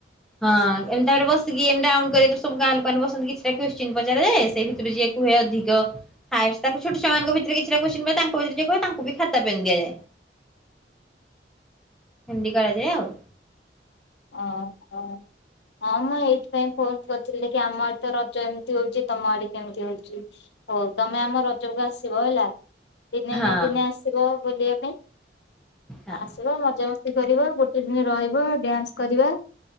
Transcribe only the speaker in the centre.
ହଁ ଏମେତାକରି ବସିକି ଗେମ୍ ଟା ଅନକରି ସବୁ ଗାଁ ଲୋକମାନେ ବସନ୍ତି କିଛିଟା କ୍ଯୁସଚୀନ ପଚରାଯାଏଁ ସେଇ ଭିତରୁ ଯିଏ ହୁଏ ଅଧିକ। ହାଏଷ୍ଟ ତାଙ୍କ ଛୋଟ ଛୁଆଁମାନଙ୍କୁ ଭିତରେ କିଛିଟା କ୍ଯୁସଚୀନ ପଚ ତାଙ୍କ ଭିତରେ ଯିଏ କଇବ ତାଙ୍କୁ ବି ଖାତା ପେନ୍ ଦିଆଯାଏ।
ହୁଣ୍ଡି କରାଯାଏ ଆଉ।
ହଁ
ହଁ